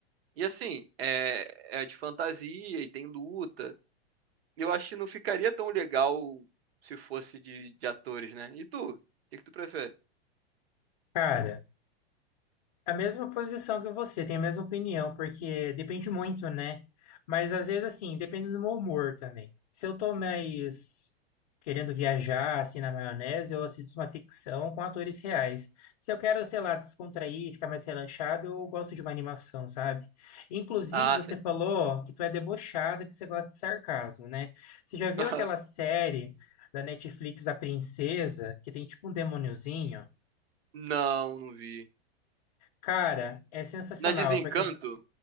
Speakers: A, on the right; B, on the left.
A: E assim, é, é de fantasia e tem luta. Eu acho que não ficaria tão legal se fosse de, de atores, né? E tu? O que que tu prefere?
B: Cara. A mesma posição que você, tem a mesma opinião, porque depende muito, né? Mas às vezes, assim, depende do meu humor também. Se eu tô mais querendo viajar, assim, na maionese, eu assisto uma ficção com atores reais. Se eu quero, sei lá, descontrair, ficar mais relaxado, eu gosto de uma animação, sabe? Inclusive,
A: Ah,
B: você
A: sim
B: falou que tu é debochada que você gosta de sarcasmo, né? Você já viu
A: <laughs>
B: aquela série da Netflix da Princesa, que tem tipo um demôniozinho?
A: Não, não vi.
B: Cara, é sensacional,
A: Na Desencanto?
B: porque